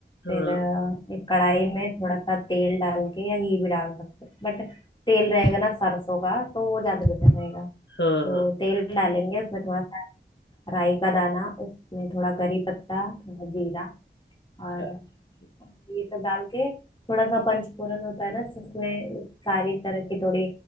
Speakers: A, on the left; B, on the left.
A: हाँ
B: फिर अ, एक कढ़ाई में थोड़ा सा तेल डाल के या घी भी डाल सकते हैं बट तेल रहेगा ना सरसों का तो वो ज्यादा बेटर रहेगा
A: हाँ
B: तो
A: हाँ
B: तेल डालेंगे उसमें थोड़ा सा राई का दाना उसमें थोड़ा करी पत्ता थोड़ा जीरा और
A: अच्छा अच्छा ठीक।
B: ये सब डाल के थोड़ा सा पंचफोरन होता है ना जिसमें सारी तरह की थोड़ी